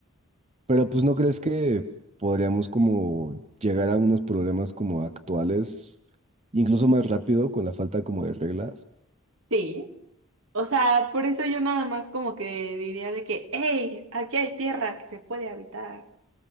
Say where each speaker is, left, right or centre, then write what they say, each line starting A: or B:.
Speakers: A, on the right; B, on the right.
A: Pero pues, ¿no crees que podríamos como llegar a unos problemas como actuales, incluso más rápido con la falta como de reglas?
B: Sí. O sea, por eso yo nada más como que diría de que, hey, aquí hay tierra que se puede habitar.